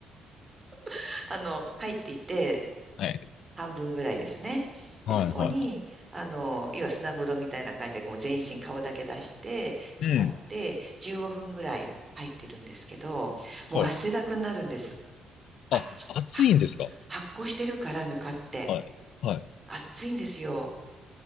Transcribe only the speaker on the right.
<laughs> あの、入っていて、
半分ぐらいですね。
で、そこに、あの、要は砂風呂みたいな感じで、もう全身顔だけ出して、使って、
15分ぐらい入ってるんですけど、もう汗だくになるんです。
あ、
つは
発酵してるから、ぬかって。
暑いんですよ。